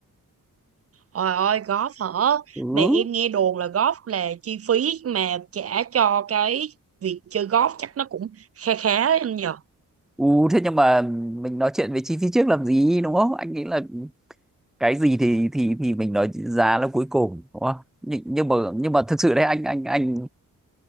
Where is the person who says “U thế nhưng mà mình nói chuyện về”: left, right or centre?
Centre